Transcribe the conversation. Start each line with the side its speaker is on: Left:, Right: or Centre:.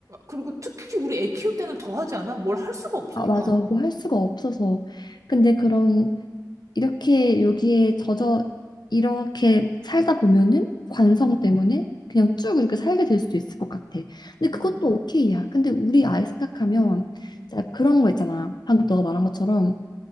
Right: 그리고 특히 우리 애 키울 때는 더 하지 않아? 뭘 할 수가 없으니까.
Left: 아, 맞아. 뭐 할 수가 없어서. 근데 그런 이렇게 여기에 젖어 이렇게 살다 보면은 관성
Right: 음,
Left: 때문에 그냥 쭉 이렇게 살게 될 수도 있을 것 같아. 근데 그것도
Right: 음,
Left: 오케이야. 근데 우리 아이 생각하면
Right: 음,
Left: 진짜 그런 거 있잖아. 방금 너가 말한 것처럼